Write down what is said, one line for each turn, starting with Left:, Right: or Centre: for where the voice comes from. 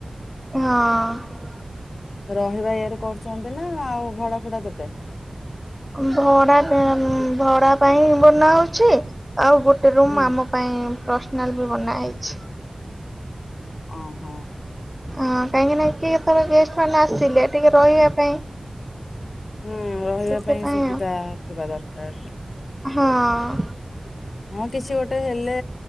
Centre: ହଁଅଁ-ଅଁ।
Left: ରହିବା ଇଏରେ କରୁଛନ୍ତି ନା ଆଉ ଭଡା ଫଡା ଦେବେ?
Centre: ଭଡ଼ା <inaudible> ଭଡା ପାଇଁ ବନା ହଉଛି ଆଉ ଗୋଟେ ରୁମ୍
Left: ହୁଁ
Centre: ଆମ ପାଇଁ ପର୍ସନାଲ୍ <inaudible> ବନାହେଇଛି।
Left: ଓହୋଃ।
Centre: ହଁ କାହିଁକି ନା କିଏ କେତେବେଳେ ଗେଷ୍ଟମାନେ ଆସିଲେ ଟିକେ ରହିବା ପାଇଁ
Left: ହୁଁ ରହିବା
Centre: ସେଥିପାଇଁ
Left: ପାଇଁ ସୁବିଧା ଥିବା ଦରକାର।
Centre: ହଁଅ-ଅ।
Left: ହଁ କିଛି ଗୋଟେ ହେଲେ